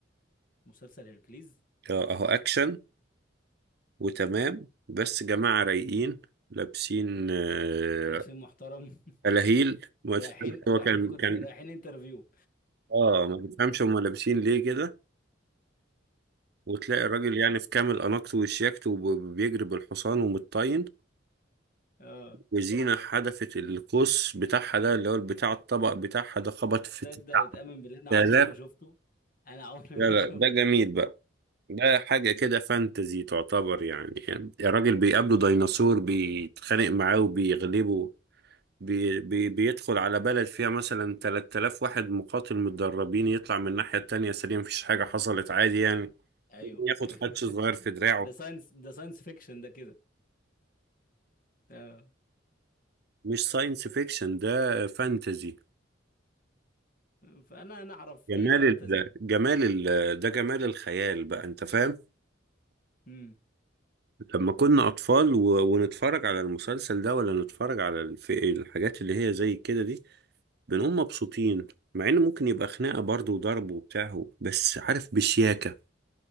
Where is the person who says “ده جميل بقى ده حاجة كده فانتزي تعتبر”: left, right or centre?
Right